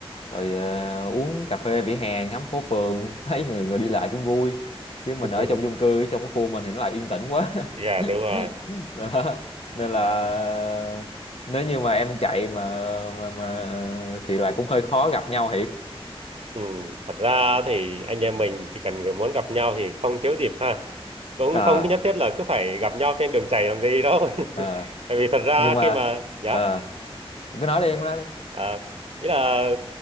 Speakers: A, on the left (about 80°); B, on the right (about 70°).
A: rồi ờ, uống cà phê vỉa hè ngắm phố phường <laughs> thấy người người đi lại cũng vui chứ mình
B: <laughs>
A: ở trong chung cư trong cái khu mình thì nó lại yên tĩnh quá
B: dạ đúng rồi
A: <laughs> đó nên là nếu như mà em chạy mà mà, mà thì là cũng hơi khó gặp nhau thiệt
B: ừ. thật ra thì anh em mình chỉ cần người muốn gặp nhau thì không thiếu dịp ha cũng
A: à,
B: không nhất thiết là cứ phải gặp nhau trên đường chảy làm gì đâu
A: à
B: <laughs> tại vì thật ra
A: nhưng mà
B: khi mà dạ
A: à, đừng có nói đi em cứ nói đi
B: à, ý là